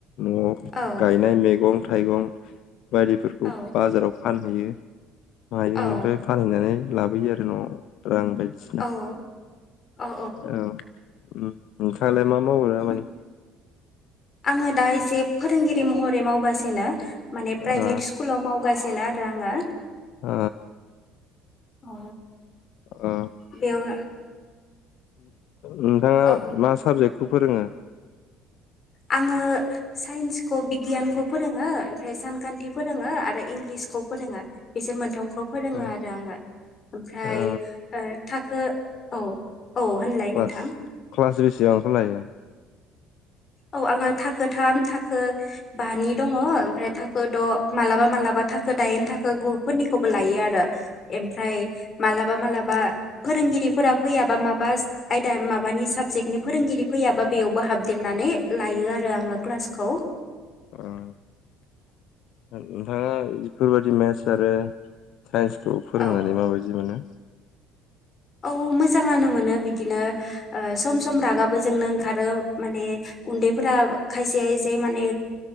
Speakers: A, on the left (about 65°); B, on the left (about 35°).
A: न'आव
B: औ
A: गायनाय मैगं थाइगं बायदिफोरखौ
B: औ
A: बाजाराव फानहैयो। मायो
B: औ
A: बेनिफ्राय फानहैनानै लाबोयो आरो न' रां बायदिसिना
B: औ औ
A: औ उम नोंथाङा लाय मा मावो दामानि?
B: औ आङो दा एसे फोरोंगिरि महरै मावगासिनो माने प्राइभेट
A: ओ
B: स्कुलाव मावगासि नो आरो आङो
A: ओ
B: औ
A: ओ
B: बेयाव
A: नोंथाङा
B: औ
A: मा साबजेक्ट खौ फोरोङो।
B: आङो साइन्सखौ बिगियानखौ फोरोङो ओमफ्राय सानखान्थि फोरोङो आरो इंलिस खौ फोरोङो बिसोर मोनथाम खौ फोरोङो
A: ओ
B: आरो आङो ओमफ्राय
A: ओ
B: थाखो औ औ होनलाय
A: क्लास
B: नोंथां
A: क्लास बेसेबांखौ लायो?
B: औ आङो थाखोथाम थाखो बानि दङ ओमफ्राय थाखो द' मालाबा मालाबा थाखो दायनि था खो गुफोरनिखौबो लायो आरो मफ्राय मालाबा मालाबा फोरोंगिरिफोरा फैया माबा माबा आयदा माबानि साबजेक्टनि फोरोंगिरि फैयाबा बेयावबो हाबदेरनानै लायो आरो आङो क्लासखौ
A: ओं नोंथाङा बेफोरबायदि मेटस आरो साइन्सखौ फोरोंनानै
B: औ
A: माबायदि मोनो?
B: औ मोजाङानो मोनो बिदिनो सम सम रागाबो जोंनो ओंखारो माने। उन्दैफोरा खायसे खायसे माने